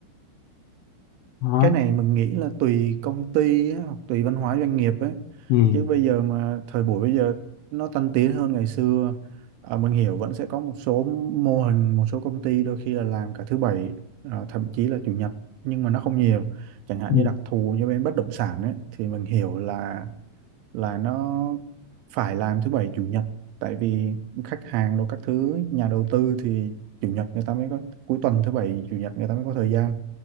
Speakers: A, on the left (about 85°); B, on the right (about 80°).
A: đó
B: cái này mình nghĩ là tùy công ty á, hoặc tùy văn hóa doanh nghiệp ấy
A: ừ
B: chứ bây giờ mà thời buổi bây giờ nó tân tiến hơn ngày xưa à, mình hiểu vẫn sẽ có một số mô hình một số công ty đôi khi là làm cả thứ bảy à, thậm chí là chủ nhật nhưng mà nó không nhiều chẳng hạn
A: ừ
B: như đặc thù như bên bất động sản ấy thì mình hiểu là là nó phải làm thứ bảy chủ nhật tại vì khách hàng rồi các thứ nhà đầu tư thì chủ nhật người ta mới có cuối tuần thứ bảy chủ nhật người ta mới có thời gian